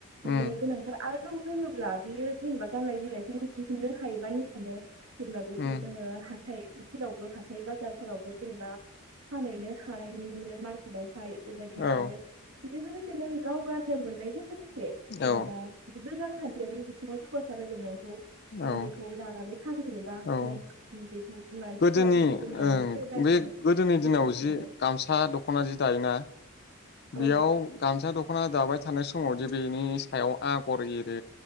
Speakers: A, on the left; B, on the right.
A: उम
B: मेग गोनांफोर आरो दं रोङोब्ला बियो गाननाय जोमनायखौ दिहुननो हायोबा निजेनो जेनबा बेफोर
A: उम
B: जोङो हाथाय फोरावबो हाथाय बाजारफोरावबो जेनेबा फानैैनो हानाय नुनो मोनो मार्केट आवहाय बेबायदिनो
A: औ
B: आरो बिदिबा दसेनो गाव गाननो मोननायजों लोगोसे जेनेबा
A: औ
B: बि <inaudible> <inaudible> <unintelligible> नों
A: औ
B: बेखौ दानानै फानहैयोबा
A: औ
B: नों बेखौ मानसिफोराथ'
A: गोदोनि
B: जेनेबा
A: ओं
B: नोंनिफ्राय बायखागोन
A: बे गोदोनि
B: बेसेन
A: दिनाव
B: होनानै
A: जि गामसा दखना जि दायोना
B: औ
A: बेयाव गामसा दखना दाबाय था थानाय समावदि बेनि सायाव आगर एरो